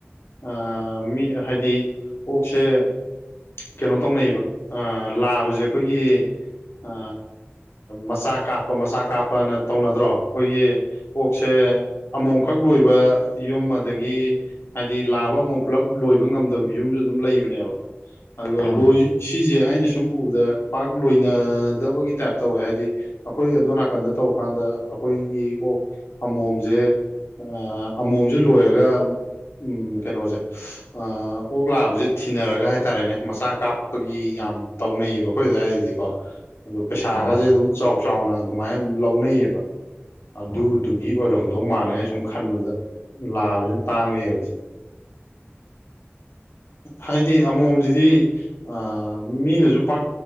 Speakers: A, on the left; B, on the left.
A: ꯑ ꯃꯤ ꯍꯥꯏꯗꯤ ꯑꯣꯛꯁꯦ ꯀꯩꯅꯣ ꯇꯧꯅꯩꯕ ꯑ ꯂꯥꯕꯖꯦ ꯑꯩꯈꯣꯏꯒꯤ ꯑ ꯃꯆꯥ ꯀꯥꯞꯄ ꯃꯆꯥ ꯀꯥꯞꯄꯅ ꯇꯧꯅꯗ꯭ꯔꯣ ꯑꯩꯈꯣꯏꯒꯤ ꯑꯣꯛꯁꯦ
B: <inaudible>
A: ꯑꯃꯣꯝꯈꯛ ꯂꯣꯏꯕ ꯌꯨꯝ ꯑꯗꯒꯤ ꯍꯥꯏꯗꯤ ꯂꯥꯕ ꯑꯃꯣꯝ ꯄꯨꯂꯞ ꯂꯣꯏꯕ ꯉꯝꯗꯕ ꯌꯨꯝꯖꯨ ꯑꯗꯨꯝ ꯂꯩꯕꯅꯦꯕ ꯑꯗꯨꯒ
B: ꯑꯧ
A: ꯂꯣꯏ ꯁꯤꯖꯦ ꯑꯩꯅ ꯁꯨꯝ ꯎꯕꯗ ꯄꯥꯛ ꯂꯣꯏꯅꯗꯕꯒꯤ ꯇꯥꯏꯞ ꯇꯧꯋꯦ ꯍꯥꯏꯗꯤ ꯑꯩꯈꯣꯏ ꯑꯗꯣꯟ ꯅꯥꯀꯟꯗ ꯇꯧꯀꯥꯟꯗ ꯗ ꯑꯩꯈꯣꯏꯒꯤ ꯑꯣꯛ ꯑꯃꯣꯝꯖꯦ ꯑꯃꯣꯝꯖꯦ ꯂꯣꯏꯔꯒ ꯎꯝ ꯀꯩꯅꯣꯁꯦ ꯑ ꯑꯣꯛ ꯂꯥꯕꯖꯦ ꯊꯤꯅꯔꯒ ꯍꯥꯏꯇꯥꯔꯦꯅꯦ ꯃꯆꯥ ꯀꯥꯞꯄꯒꯤ ꯌꯥꯝ ꯇꯧꯅꯩꯑꯕ ꯑꯩꯈꯣꯏ ꯑꯗꯨꯋꯥꯏꯗꯗꯤꯀꯣ ꯑꯗꯣ ꯄꯩꯁꯥꯒꯖꯦ
B: ꯑꯧ
A: ꯑꯗꯨꯝ ꯆꯥꯎ ꯆꯥꯎꯅ ꯑꯗꯨꯃꯥꯏ ꯑꯗꯨꯝ ꯂꯧꯅꯩꯑꯕ ꯑꯗꯨ
B: ꯎꯝ
A: ꯑꯣꯏꯔꯝꯗꯧ ꯃꯥꯜꯂꯦ ꯑꯩꯅ ꯁꯨꯝ ꯈꯟꯕꯗ ꯂꯥꯕꯖꯤꯅ ꯇꯥꯡꯕ ꯍꯦꯜꯂꯤꯖꯦ ꯍꯥꯏꯗꯤ ꯑꯃꯣꯝꯖꯤꯗꯤ ꯑ ꯃꯤꯅꯖꯨ ꯄꯥꯛ